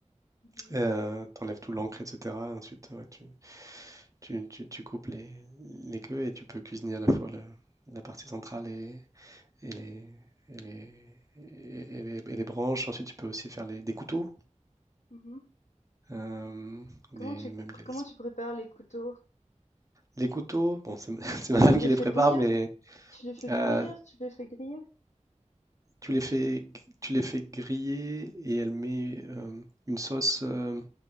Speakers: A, on the left (about 75°); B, on the right (about 25°).
A: Mhm,
B: Heu, tu tout l'encre et cetera, ensuite, ouais, tu tu tu tu coupes les les queues et tu peux cuisiner à la fois le la partie centrale et et les et les et et les et les branches. Ensuite, tu peux aussi faire les des couteaux,
A: mhm.
B: hem, des
A: Comment tu,
B: même les
A: comment tu prépares les couteaux?
B: les couteaux, bon, c'est <laughs> c'est ma femme
A: Tu les
B: qui les
A: fais
B: prépare,
A: bouillir?
B: mais
A: Tu les fais
B: heu,
A: bouillir? Tu les fais griller?
B: tu les fais g tu les fais griller et elle met, hem, une sauce, hem,